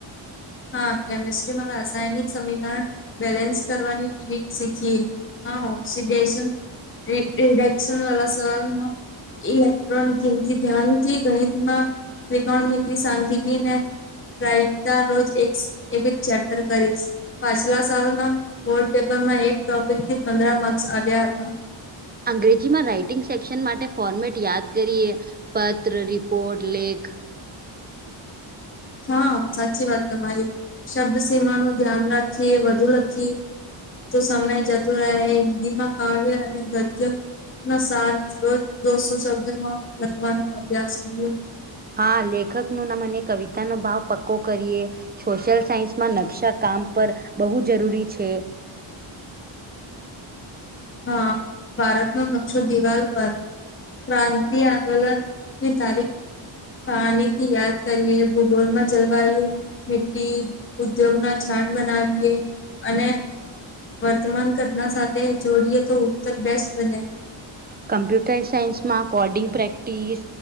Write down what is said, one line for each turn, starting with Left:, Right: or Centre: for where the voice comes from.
Left: હા કેમેિસ્ટ્રીમાં રાસાયણિક સમીકરણ બેલેન્સ કરવાની ટ્રીક શીખીએ હા હોક્ષી દેશન રડક્ષન વડા સવાલનો ઇલેક્ટ્રોનિક ગમથી ધ્યાનથી ગણિતમાં ત્રિકોણ ની સાજીને પ્રતા રોજ એક એક જ ચેપ્ટર કરીશ પાછલા સાલના બોડ પેપરમાં એક ટોપિક થી પંદર માર્ક્સ આવ્યા હતા
Right: અંગ્રેજીમાં રાઈટિંગ સેક્શન માટે ફોર્મેટ યાદ કરીએ પત્ર રિપોર્ટ લેખ
Left: હા સાચી વાત તમારી શબ્દ સમા નું ધ્યાન રાખીએ વધુ લખીએ તો સમય જતો રહે હિન્દી માં કાવ્ય અને ગદ્ય ના સાત તો દોસો શબ્દમાં લખવાનો અભ્યાસ કરિયે
Right: હા લેખક ન ના મને કવિતાનો ભાવ પક્કો કરીએ સોશિયલ સાયન્સમાં નકશા કામ પર બહુ જરૂરી છે
Left: હા ભારતનો નકશો દિવાલ પર ક્રાંતિ આંદોલન ની તારીખ, પાણી થી યાદ કરીએ ભૂગોળ માં જલવાયુ, મિટી ઉદ્યોગ ના છાડ બનાવીએ અને, વર્તમાન ઘટના સાથે જોડીએ તો ઉત્તર બેસ્ટ વને,
Right: કમ્પ્યુટર સાયન્સમાં કોડિંગ પ્રેક્ટિસ,